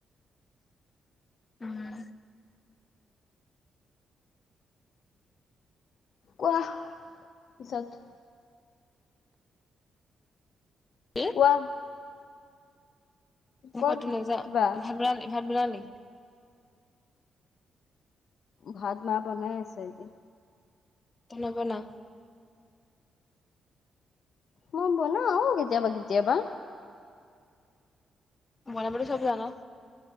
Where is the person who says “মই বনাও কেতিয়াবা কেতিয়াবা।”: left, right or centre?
Left